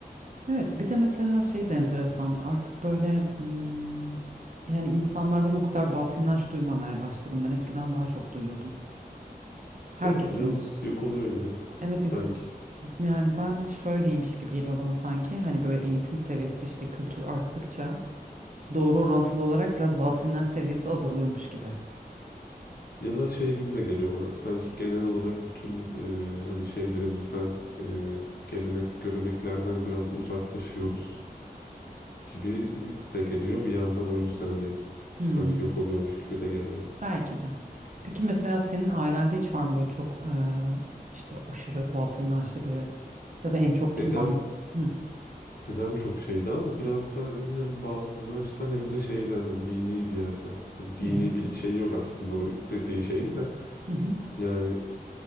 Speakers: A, on the right; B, on the left.
A: Evet bir de mesela şey de enteresan artık böyle hmm, yani insanlardan o kadar batıl inanç duymamaya başladım. Ben eskiden daha çok duyuyordum. Herkesin
B: Evet biraz
A: bu-
B: yok oluyor gibi
A: evet
B: sanki.
A: yani ben şöyleymiş gibi geliyor bana sanki hani böyle eğitim seviyesi işte kültür arttıkça doğru orantılı olarak biraz batıl inanç seviyesi azalıyormuş gibi.
B: Ya da şey gibi de geliyor bana. Sanki genel olarak bütün e, hani şeylerimizden, e, gelenek, göreneklerden biraz uzaklaşıyoruz. gibi de geliyor. Bir yandan o yüzden hani
A: Hmm.
B: sanki yok oluyormuş gibi de geliyor.
A: Belki de. Peki mesela senin ailende hiç var mı böyle çok e, işte aşırı batıl inançlı biri ya da en çok
B: Dedem
A: inan Hı.
B: dedem çok şeydi ama o biraz da hani hem batıl inançtan hem de şeyden hani dini bir yerde. Hani dini
A: Hı hı.
B: bir şey yok aslında bu dediği şeyin de.
A: Hı hı.
B: Yani